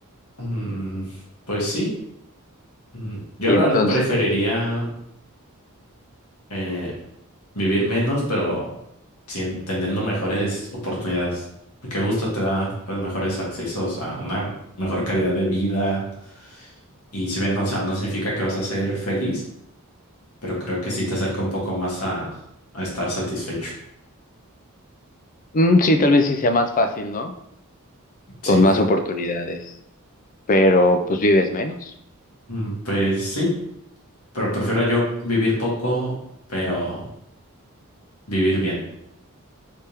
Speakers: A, on the left (about 75°); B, on the left (about 35°).
A: Mm, pues sí. Mm, Yo
B: Y
A: la
B: entonces,
A: verdad preferiría eh, vivir menos, pero sin teniendo mejores oportunidades, porque justo te da pues mejores accesos a una mejor calidad de vida y si bien, o sea, no significa que vas a ser feliz, pero creo que sí te acerca un poco más a, a estar satisfecho.
B: mm, sí, tal vez sí sea más fácil, ¿no?
A: Sí,
B: Con más oportunidades. Pero, pues vives menos.
A: Mm, pues sí, pero prefiero yo vivir poco, pero vivir bien.